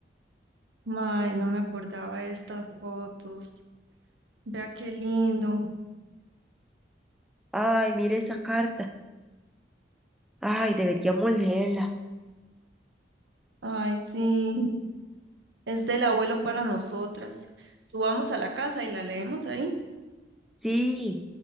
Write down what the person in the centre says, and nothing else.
Ay, mire esa carta. Ay, deberíamos leerla.
Sí.